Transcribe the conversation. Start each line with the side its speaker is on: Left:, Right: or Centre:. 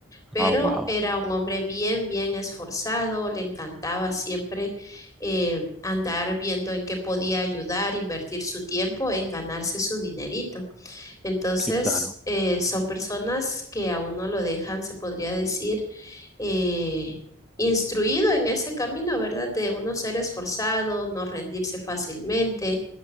Left: Pero
Centre: Ah, wow.
Left: era un hombre bien, bien esforzado, le encantaba siempre eh, andar viendo en qué podía ayudar, invertir su tiempo en ganarse su dinerito. Entonces,
Centre: Sí, claro.
Left: eh, son personas que a uno lo dejan, se podría decir, eh, instruido en ese camino, ¿verdad? De uno ser esforzado, no rendirse fácilmente